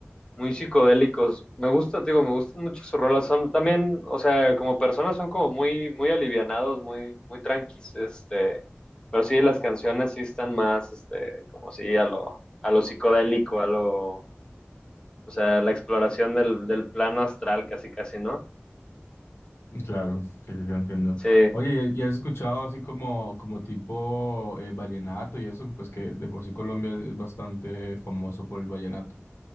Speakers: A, on the left; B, on the left.
A: muy psicodélicos. Me gusta, te digo, me gustan mucho sus rolas. Son también, o sea, como personas son como muy, muy alivianados, muy, muy tranquis, este, pero sí las canciones sí están más, este, como sí a lo, a lo psicodélico, a lo, o sea, la exploración del, del plano astral, casi, casi, ¿no?
B: Claro, sí, sí, sí, entiendo.
A: Sí,
B: Oye, ¿y y has escuchado así como, como tipo eh, vallenato y eso? Pues que de por sí Colombia es bastante famoso por el vallenato.